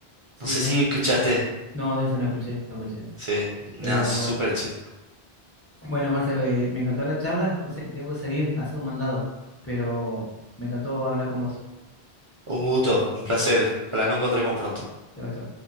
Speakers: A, on the left; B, on the right.
A: Sí,
B: No sé
A: no,
B: si escuchaste.
A: no, de esa no escuché, no escuché.
B: Sí,
A: Pero
B: nada, súper chido.
A: bueno, Marcelo, eh, me encantó la charla. Vos sabés que tengo que salir a hacer un mandado, pero me encantó hablar con vos.
B: Un gusto, un placer. Ojalá nos encontremos pronto.
A: Chau, chau.